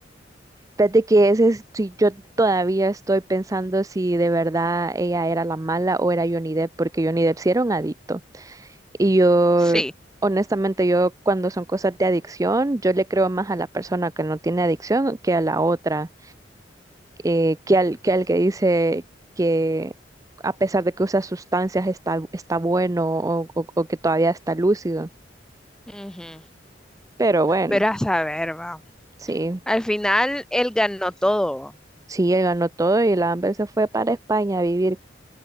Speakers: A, on the right; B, in the centre.
A: Fíjate que ese es, si yo todavía estoy pensando si de verdad ella era la mala o era Johnny Depp, porque Johnny Depp sí era un adicto. Y yo,
B: Sí.
A: honestamente, yo cuando son cosas de adicción, yo le creo más a la persona que no tiene adicción que a la otra, eh, que al, que al que dice que a pesar de que usa sustancias está, está bueno o, o- o que todavía está lúcido.
B: Ujú.
A: Pero bueno,
B: Pero a saber, va.
A: sí,
B: Al final, él ganó todo.
A: sí, él ganó todo y la Amber se fue para España a vivir.